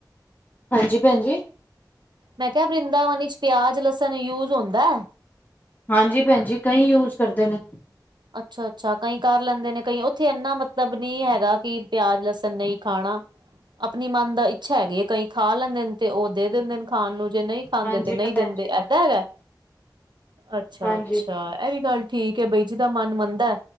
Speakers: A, on the left (about 25°); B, on the right (about 75°).
A: ਹਾਂਜੀ, ਭੈਣਜੀ?
B: ਮੈਂ ਕਿਹਾ, ਵਰਿੰਦਾਵਨੀ 'ਚ ਪਿਆਜ, ਲਸਣ ਯੂਜ ਹੁੰਦਾ?
A: ਹਾਂਜੀ ਭੈਣਜੀ, ਕਈ ਯੂਜ ਕਰਦੇ ਨੇ।
B: ਅੱਛਾ ਅੱਛਾ, ਕਈ ਕਰ ਲੈਂਦੇ ਨੇ ਕਈ, ਉੱਥੇ ਇੰਨਾ ਮਤਲਬ ਨੀ ਹੈਗਾ ਕਿ ਪਿਆਜ ਲਸਣ ਨਹੀਂ ਖਾਣਾ। ਆਪਣੀ ਮਨ ਦਾ ਇੱਛਾ ਹੈਗੀ ਹੈ ਕਈ ਖਾ ਲੈਂਦੇ ਨੇ, ਤੇ ਉਹ ਦੇ ਦਿੰਦੇ ਨੇ ਖਾਣ ਨੂੰ, ਜੇ ਨਹੀਂ ਖਾਂਦੇ
A: ਹਾਂਜੀ
B: ਤੇ ਨਹੀਂ
A: ਭੈਣ
B: ਦਿੰਦੇ,
A: ਜੀ ਹਾਂਜੀ
B: ਏਦਾਂ ਹੈਗਾ? ਅੱਛਾ
A: ਹਾਂਜੀ
B: ਅੱਛਾ, ਇਹ ਵੀ ਗੱਲ ਠੀਕ ਹੈ ਬਈ ਜਿਹਦਾ ਮਨ ਮੰਨਦਾ